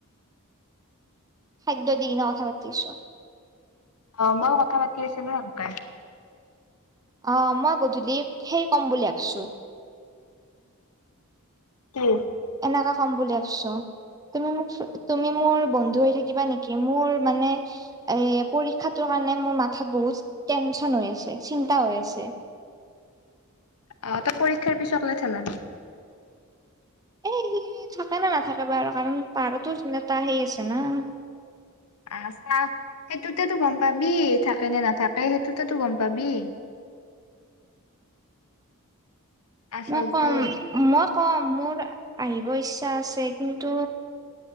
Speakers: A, on the right; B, on the left.
A: খাদ্য দি ন থা পাতি আছ।
B: অ ময় কথা পাতি আছিলো সেনকে।
A: অ মই গধূলি সেই ক'ম বুলি ভাবিছো
B: কি?
A: নেকা কম বুলি ভবিছো। <unintelligible> তুমি মোক তুমি মোৰ বন্ধু হৈ থাকিবা নেকি মোৰ মানে এ পৰীক্ষাতো কা- মানে মো মাথাত বহুত টেনচন হৈ আছে চিন্তা হৈ আছে।
B: অ ত পৰীক্ষাৰ পিছকলে থেলাবি।
A: এ সি থাকে নে নাথাকে বাৰু কাৰণ পাহাৰতো নেটা সেই আছে না।
B: আ চাহ সেইটোতেটো গম পাবি থাকে নে নাথাকে সেইটোতেটো গম পাবি। <unintelligible> আচলটো
A: মই কম মই কম মোৰ- আহিব ইচ্ছা আছে কিন্তু,